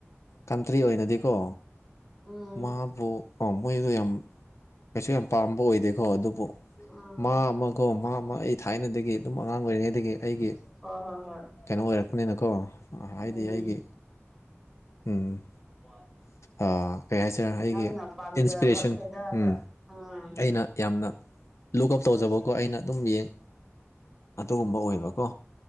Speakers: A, on the left; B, in the centre.
A: ꯀꯟꯇ꯭ꯔꯤ ꯑꯣꯏꯅꯗꯤꯀꯣ
B: ꯎꯝ
A: ꯃꯥꯕꯨ ꯃꯣꯏꯗꯣ ꯌꯥꯝ ꯀꯩꯁꯨ ꯌꯥꯝ ꯄꯥꯝꯕ ꯑꯣꯏꯗꯦꯀꯣ ꯑꯗꯨꯕꯨ
B: ꯎꯝ
A: ꯃꯥ ꯑꯃꯒꯀꯣ ꯃꯥ ꯑꯃ ꯑꯩ ꯊꯥꯏꯅꯗꯒꯤ ꯑꯗꯨꯝ ꯑꯉꯥꯡ ꯑꯣꯏꯔꯤꯉꯩꯗꯒꯤ ꯑꯩꯒꯤ
B: ꯍꯣꯏ ꯍꯣꯏ ꯍꯣꯏ
A: ꯀꯩꯅꯣ ꯑꯣꯏꯔꯛꯄꯅꯤꯅ ꯍꯥꯏꯗꯤ
B: ꯎꯝ
A: ꯑꯩꯒꯤ ꯎꯝ
B: <unintelligible>
A: ꯑꯥ ꯀꯩ ꯍꯥꯏꯁꯤꯔꯥ ꯑꯩꯒꯤ
B: ꯅꯪꯅ ꯄꯥꯝꯖꯕ
A: ꯏꯟꯁꯄꯤꯔꯦꯁꯟ
B: ꯈꯣꯏꯗꯕ
A: ꯎꯝ
B: ꯎꯝ
A: ꯑꯩꯅ ꯌꯥꯝꯅ
B: <inaudible> <unintelligible>
A: ꯂꯨꯛ ꯑꯞ ꯇꯧꯖꯕꯀꯣ
B: ꯎꯝ
A: ꯑꯩꯅ ꯑꯗꯨꯝ ꯌꯦꯡ ꯑꯗꯨꯒꯨꯝꯕ ꯑꯣꯏꯕꯀꯣ